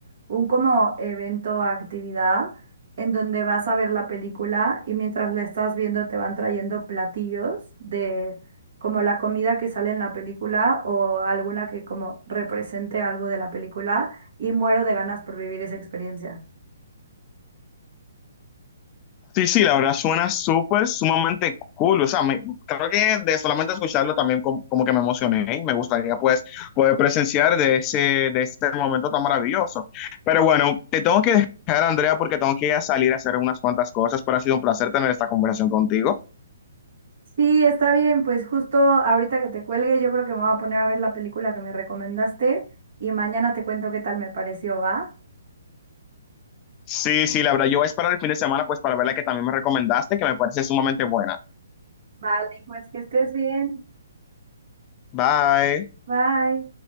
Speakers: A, on the right (about 60°); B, on the left (about 25°).
A: un como evento o actividad en donde vas a ver la película y mientras la estás viendo te van trayendo platillos de como la comida que sale en la película o alguna que como represente algo de la película y muero de ganas por vivir esa experiencia.
B: Sí, sí, la verdad suena súper, sumamente cool. O sea, me, creo que de solamente escucharlo también como, como que me emocioné y me gustaría pues poder presenciar de ese, de ese momento tan maravilloso. Pero bueno, te tengo que dejar, Andrea, porque tengo que ir a salir a hacer unas cuantas cosas, pero ha sido un placer tener esta conversación contigo.
A: Sí, está bien, pues justo ahorita que te cuelgue, yo creo que me voy a poner a ver la película que me recomendaste y mañana te cuento qué tal me pareció, ¿va?
B: Sí, sí, la verdad, yo voy a esperar el fin de semana pues para ver la que también me recomendaste, que me parece sumamente buena.
A: Vale, pues que estés bien.
B: Bye.
A: Bye.